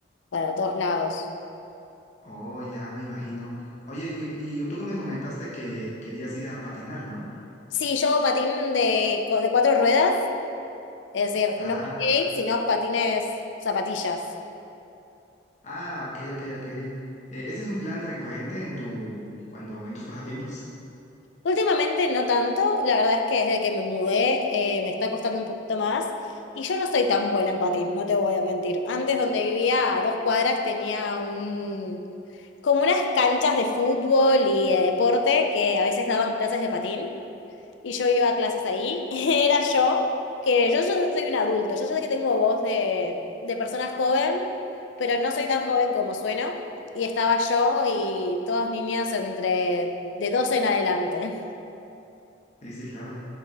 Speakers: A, on the left; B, on the left.
A: para todos lados.
B: Oh, ya me imagino. Oye, y, y tú que me comentaste que querías ir a patinar, ¿no?
A: Sí, yo hago patín de, co- de cuatro ruedas, es decir,
B: Ah,
A: no skate, sino patines, zapatillas.
B: ah, ok, ok, ok. Eh, ¿este es un plan recurrente en tu, cuando, en tus pasatiempos?
A: Últimamente no tanto, la verdad es que desde que me mudé eh, me está costando un poquito más y yo no soy tan buena en patín, no te voy a mentir. Antes donde vivía a dos cuadras tenía un, como unas canchas de fútbol y de deporte que a veces daban clases de patín. y yo iba a clases ahí, <laughs> era yo, que yo, ya soy un adulto, yo sé que tengo voz de, de persona joven, pero no soy tan joven como sueno, y estaba yo y todas niñas entre de 12 en adelante.
B: Sí, sí, claro.